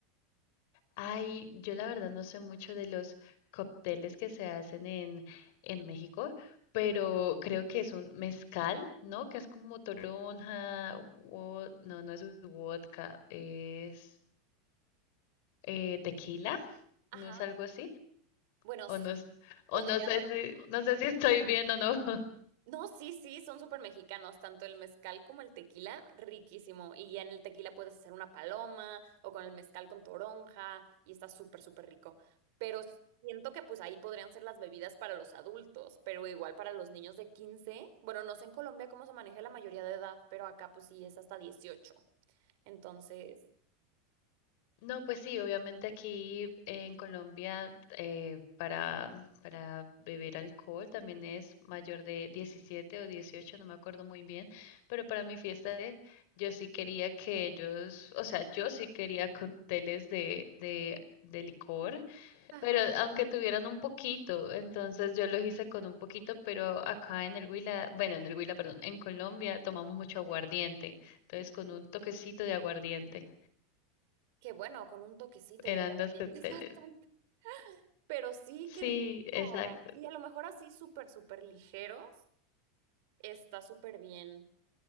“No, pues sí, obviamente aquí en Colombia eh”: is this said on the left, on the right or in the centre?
Left